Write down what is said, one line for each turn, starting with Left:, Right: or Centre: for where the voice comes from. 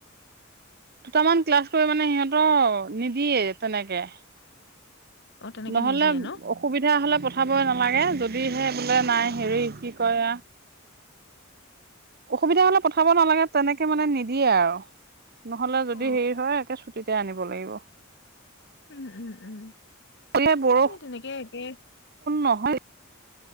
Right: দুটামান ক্লাছ কৰি মানে সিহঁতৰ নিদিয়ে তেনেকে
Left: অ তেনেকে
Right: নহ'লে
Left: নিদিয়ে ন
Right: অসুবিধা হলে পথাবই নালাগে যদি দিহে বোলে নাই হেৰি কি কয় অসুবিধা হলে পথাব নালাগে তেনেকে মানে নিদিয়ে আৰু নহলে যদি
Left: অ
Right: হেৰি হয় একে ছুটি আনিব লাগিব
Left: উম উম উম
Right: এই বৰষুণ
Left: সেই তেনেকে একে
Right: নহয়